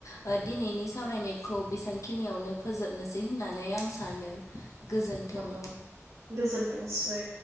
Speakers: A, on the left (about 80°); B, on the right (about 80°).
A: आ दिनैनि सावरायनायखौ बिसांखिनियावनो फोजोबनोसै होननानै आं सानो। गोजोन्थों।
B: अ गोजोनथों सै।